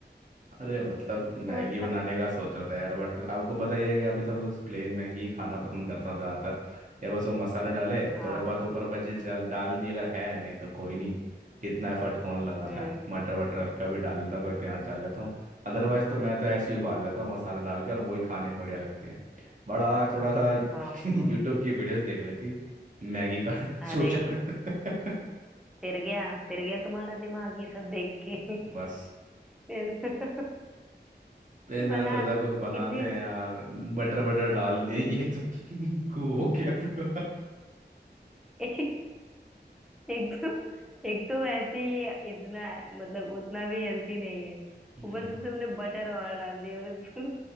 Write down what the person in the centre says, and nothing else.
तो बताओ
हाँ
हम्म
हाँ
अरे
फिर गया फिर गया तुम्हारा दिमाग ये सब देख के
<laughs> फिर <laughs>
बना
लो
इतनी
एक एक तो एक तो वैसे ही इतना मतलब उतना भी हेल्थी नहीं है
ऊपर से तुमने बटर और डाल दिया उसको